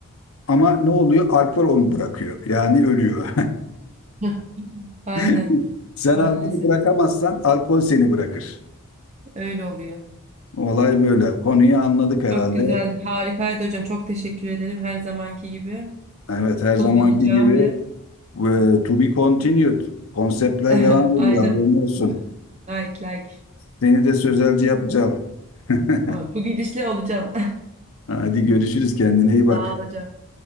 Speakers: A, on the left (about 70°); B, on the right (about 30°).
A: Ama ne oluyor? Alkol onu bırakıyor. Yani ölüyor.
B: Hıh, Aynen
A: <laughs> Sen
B: maalesef
A: alkolü bırakamazsan alkol seni bırakır.
B: öyle oluyor.
A: Olay böyle. Konuyu anladık herhalde.
B: Çok güzel, harikaydı hocam. Çok teşekkür ederim her zamanki gibi.
A: Evet her zamanki
B: Kullanacağım
A: gibi
B: ve
A: e,
B: evet.
A: to be continued. Konseptler
B: <laughs>
A: devam ediyor.
B: Aynen.
A: Haberin olsun.
B: Like like.
A: Seni de sözelci yapacağım. <laughs>
B: Vay, Bu gidişle olacağım.
A: Hadi görüşürüz kendine
B: <laughs>
A: iyi bak.
B: Sağ ol hocam.